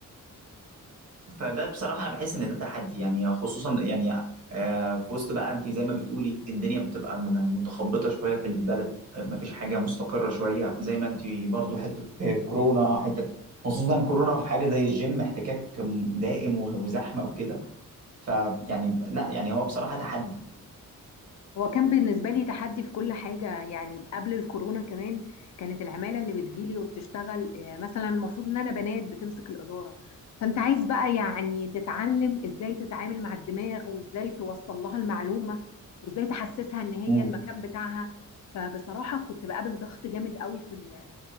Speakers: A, on the right; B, on the left.
A: فده بصراحة أنا بحس إن ده تحدي يعني خصوصا يعني آه، في وسط بقى أنت زي ما بتقولي الدنيا بتبقى م- متخبطة شوية في البلد آه، مفيش حاجة مستقرة شوية زي ما أنت برضو حتة كورونا حتة خصوصا كورونا في حاجة زي الجيم احتكاك دائم و- وزحمة وكده فيعني لا يعني هو بصراحة تحدي
B: هو كان بالنسبة لي تحدي في كل حاجة يعني قبل الكورونا كمان كانت العمالة اللي بتجيلي وبتشتغل آه، مثلا المفروض ان انا بنات بتمسك الإدارة فانت عايز بقى يعني تتعلم ازاي تتعامل مع الدماغ وازاي توصل لها المعلومة وازاي تحسسها ان هي
A: مم.
B: المكان بتاعها فبصراحة كنت بقابل ضغط جامد قوي في ال